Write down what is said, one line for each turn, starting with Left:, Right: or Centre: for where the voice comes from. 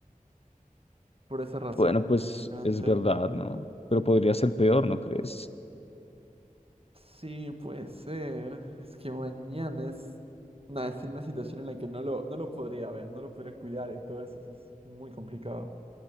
Right: Por esa razón,
Left: Bueno, pues
Right: gigante.
Left: es verdad, ¿no? Pero podría ser peor, ¿no crees?
Right: Sí, puede ser. Es que mañana es, nada, es una situación en la que no lo, no lo podría ver, no lo podría cuidar, entonces es muy complicado.